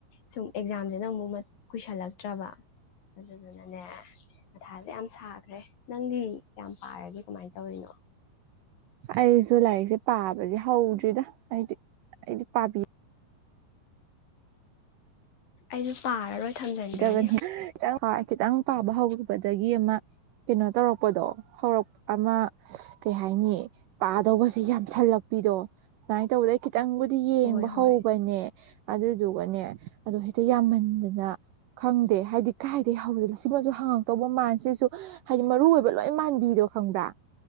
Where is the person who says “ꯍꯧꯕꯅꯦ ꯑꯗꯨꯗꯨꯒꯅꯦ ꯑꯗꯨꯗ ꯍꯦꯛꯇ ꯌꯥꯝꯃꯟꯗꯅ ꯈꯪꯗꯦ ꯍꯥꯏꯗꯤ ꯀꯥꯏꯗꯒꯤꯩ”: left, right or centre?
Right